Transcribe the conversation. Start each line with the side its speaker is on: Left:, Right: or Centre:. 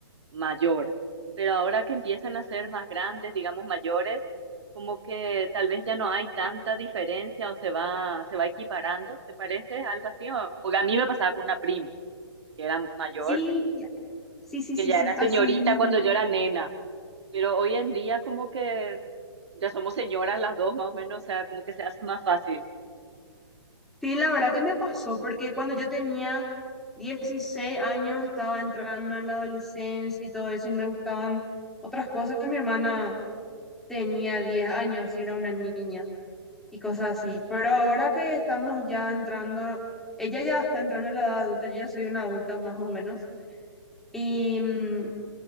Right: mayor, pero ahora que empiezan a ser más grandes, digamos mayores, como que tal vez ya no hay tanta diferencia o se va, se va equiparando, ¿te parece algo así? O- porque a mí me pasaba con una prima que era mayor,
Centre: Sí, Sí, sí,
Right: que
Centre: sí,
Right: ya
Centre: sí,
Right: era
Centre: así
Right: señorita
Centre: mismo.
Right: cuando yo era nena, pero hoy en día como que ya somos señoras las dos, más o menos, o sea, como que se hace más fácil.
Centre: Sí, la verdad que me pasó, porque cuando yo tenía 16 años estaba entrando en la adolescencia y todo eso, y me gustaban otras cosas. Mi hermana tenía 10 años y era una niña y cosas así. Pero ahora que estamos ya entrando, ella ya está entrando en la edad adulta, yo ya soy una adulta más o menos, y mm,